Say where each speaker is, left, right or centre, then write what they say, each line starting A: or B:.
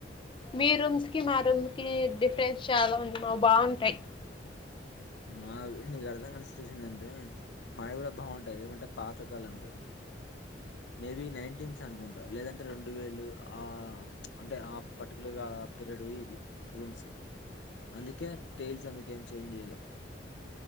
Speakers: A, on the left; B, on the left.
A: మీరుమ్స్కి మాారుమ్ కి డిఫరెన్స్ చాలా ఉంది మా బాగుంటాయి
B: మా నీకు అర్థం కనేసి చూసిందింటే మావి కూడా బాగుంటాయి ఏమంటే పాతకాలంవి మేబి నైన్టీన్స్ అనుకుంటా లేదంటే రెండు వేలు ఆ అంటే ఆ పర్టికులర్ పీరియడ్ ఇ రూమ్స్ అందుకే టైల్స్ అందుకేం చేంజ్ చేయాల